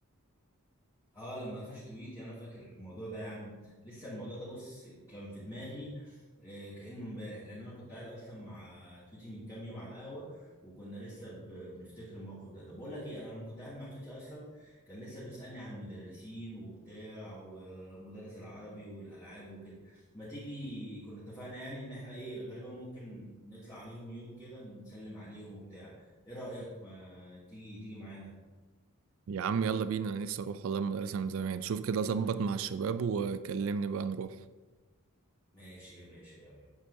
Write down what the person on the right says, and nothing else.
يا عم يلا بينا انا نفسي اروح والله المدرسة من زمان شوف كده ظبط مع الشباب وكلمني بقى نروح